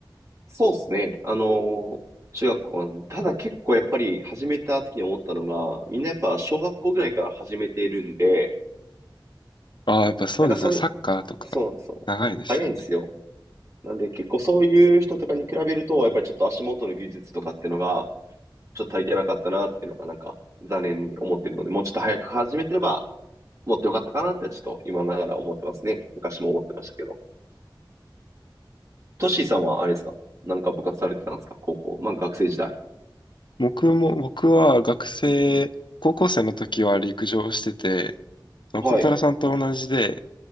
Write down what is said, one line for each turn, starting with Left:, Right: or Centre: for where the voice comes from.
Right: そうですね。あの、中学校の、ただ結構やっぱり始めた時に思ったのが、みんなやっぱ小学校ぐらいから始めているんで、
Left: ああ、やっぱそうですね。
Right: なんかそういう、
Left: サッカーとか
Right: そうそう、
Left: 長いですよね。
Right: 早いんですよ。なんで結構そういう人とかに比べると、やっぱりちょっと足元の技術とかっていうのが、ちょっと足りてなかったなっていうのがなんか残念に思ってるので、もうちょっと早く始めてれば、持ってよかったかなってちょっと今ながら思ってますね。昔も思ってましたけど。トッシーさんはあれですかなんか部活されてたんですか高校。まあ学生時代。
Left: 僕も、僕は学生、高校生の時は陸上してて、あの孝太郎さんと同じで、
Right: はい。